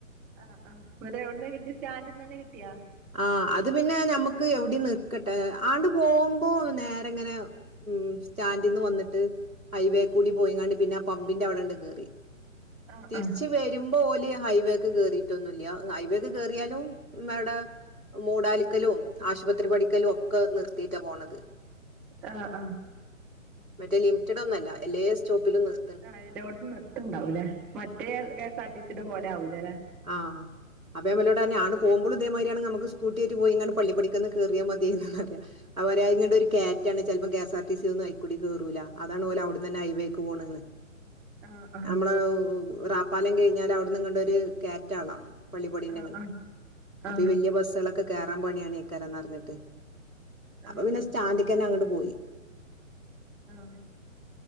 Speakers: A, in the centre; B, on the right.
A: ആഹ് ആഹ് അതെ എവിടെന്ന കിട്ടി സ്റ്റാൻഡിന്ന് തന്നെ കിട്ടിയാ
B: ആ അത് പിന്നെ ഞമ്മക്ക് എവിടേം നിർ കെട്ടെ ആണ്ട് പോകുമ്പോ നേരെങ്ങനെ ഉം സ്റ്റാൻഡിന്ന് വന്നിട്ട് ഹയ്‌വേ കൂടി പോയിങ്ങാണ്ട് പിന്നെ ആ പമ്പിന്റെ അവിടെണ്ട് കേറി
A: ആഹ്
B: തിരിച്ച്
A: ആഹ്
B: വെര് വരുമ്പോ ഓല് ഹൈവേക്ക് കേറീട്ടൊന്നുല്ല ഹൈവേ ഒക്കെ കേറിയാലും മേടെ മൂടാലിക്കലും ആശുപത്രി പഠിക്കലും ഒക്കെ നിർത്തിട്ടാ പോണത്
A: ആഹ് ആഹ്
B: മറ്റേ ലിമിറ്റഡ് ഒന്നല്ല എല്ലേ സ്റ്റോപ്പിലും നിർ
A: ആഹ് എല്ലോട്ത്തും നിർത്ത്ണ്ടാവൂലെ മറ്റെ കെ സ്ആർടിസി നെ പേലേ ആവൂലലെ
B: ആഹ അപ്പം ഭംലോടെപറഞ്ഞു ആല് പോകുബോയും ഇതേ മാതിരി ആണെങ്കിൽ നമ്മക് സ്‌കൂട്ടി ആയിട്ടു പോയി ഇങ്ങട്ട്പള്ളി പഠിക്കന്ന് കയറിയ മതിയാരുന്നു. അവര് അയിരുന്നുഒരു കെറ്റാണ് ചിലപ്പ കെസ്ർടി സി ഒന്നും അതിൽക്കൂടി കയറൂ അതാണ് പോലെ അവിടന്ന്ഹൈവേക്ക് പോണത്.
A: ആഹ് ആഹ്
B: നമ്മള് റാപ്പാലം കഴിഞ്ഞാൽ അവിടുന്ന് ഇങ്ങണ്ട്ഒരു കായറ്റ ആണല്ലോ പള്ളി പടിന്റെ
A: ആഹ്
B: അങ്ങ
A: ആഹ്
B: അപ്പൊ
A: ആഹ്
B: ഈ വലിയ ബസ്സുകളൊക്കെ കേറാൻ പണിയാണ് ക്കാരന്ന് പറഞട്ട് അപ്പൊ
A: ആഹ്
B: പിന്നെ സ്റ്റാൻഡക്ക് തന്നെ അങ്ങട്പോയി.
A: ആഹ